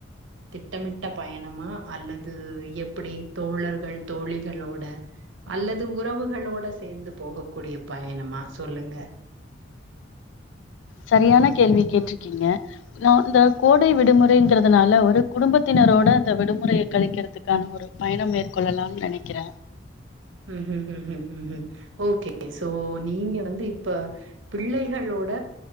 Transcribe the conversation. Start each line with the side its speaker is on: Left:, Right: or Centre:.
Right: திட்டமிட்ட பயணமா அல்லது எப்படி தோழர்கள் தோழிகளோட அல்லது இது உறவுகளோட சேந்து போகக் கூடிய பயணமா சொல்லுங்க
Left: சரியான கேள்வி கேட்ருக்கீங்க நா இந்த கோடை விடுமுறைங்குறதுனால ஒரு குடும்பத்தினர் னரோட அந்த விடுமுறைய கலிக்கிறதுக்கான ஒரு பயணம் மேற்கொள்ளலாம் நெனைக்கிற
Right: ம் ம் ம் ம் ம் ம் ம் ஓகே சோ நீங்க வந்து இப்ப பிள்ளைகள்ளோ ஓட